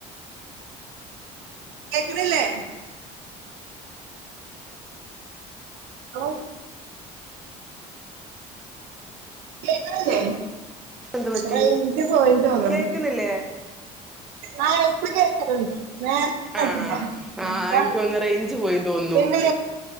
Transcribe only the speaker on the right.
കേക്ക്ണ്ല്ലേ ഓ ക്ക്ണില്ലേ
റേഞ്ച് പോയി തോനുണ്
ആ ഇപ്പ കേക്ണ്ട് നേർത്തെ
കേട്ട്ല
എന്ത
പിന്നെ പിന്നെ